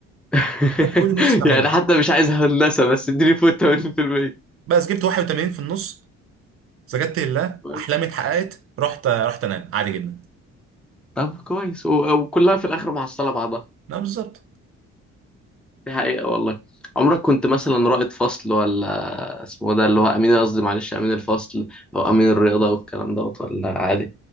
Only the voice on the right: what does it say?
ده كل اللي نفسي اعمله
بس جبت 81 في النص سجدت لله
احلامي اتحققت رحت رحت انام عادي جدا
لا بالظبط